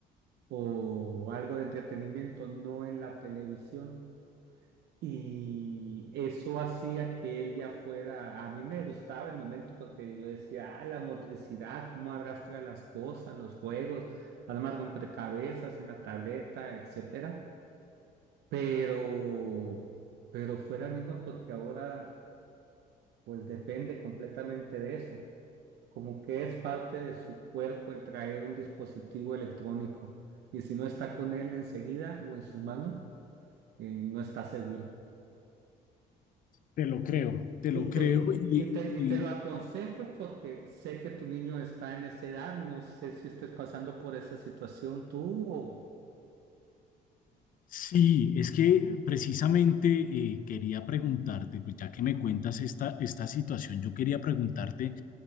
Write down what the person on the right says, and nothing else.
o algo de entretenimiento, no en la televisión. Y eso hacía que él ya fuera, a mí me gustaba el momento porque yo decía, ah, la motricidad, cómo arrastra las cosas, los juegos, armar rompecabezas en la tableta, etcétera pero, pero fuera niño porque ahora pues depende completamente de eso, como que es parte de su cuerpo el traer un dispositivo electrónico y si no está con él enseguida o en su mano, eh, no está seguro.
Y
te,
y te, y
te lo aconsejo porque sé que tu niño está en esa edad, no sé si estés pasando por esa situación tú o...